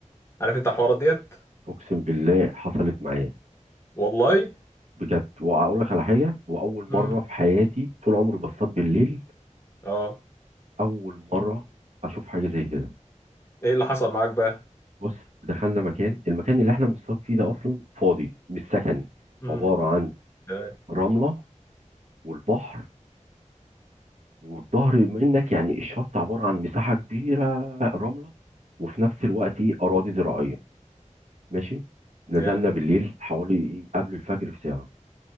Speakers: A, on the left; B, on the right.
A: عارف انت الحوارات ديت
B: اقسم بالله حصلت معايا
A: والله
B: بجد واقول لك على حاجة واول مرة
A: امم
B: في حياتي طول عمري بصطاد بالليل
A: اه
B: اول مرة اشوف حاجة زي كده
A: ايه اللي حصل معاك بقى
B: بص دخلنا مكان المكان اللي احنا بنصطاد فيه ده اصلا فاضي مش سكني
A: امم
B: عبارة عن
A: تمام
B: رملة والبحر والظهر منك يعني الشط عبارة عن مساحة كبيرة رملة وفي نفس الوقت ايه أراضي زراعية ماشي نزلنا
A: جامد
B: بالليل حوالي إيه قبل الفجر بساعة